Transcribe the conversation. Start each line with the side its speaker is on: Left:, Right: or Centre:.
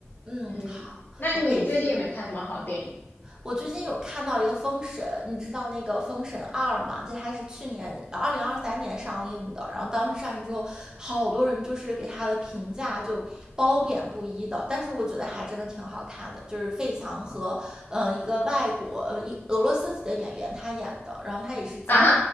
Right: 嗯，
Left: 嗯，
Right: 好，
Left: 那你最近有没有看什么好电影
Right: 我可以去。我最近有看到一个《封神》，你知道那个《封神二》吗？这它是去年二零二三年上映的，然后当时上映之后，好多人就是给他的评价就褒贬不一的，但是我觉得还真的挺好看的，就是费翔和嗯、呃、一个外国呃一俄罗斯籍的演员他演的，然后他也是讲
Left: 啊？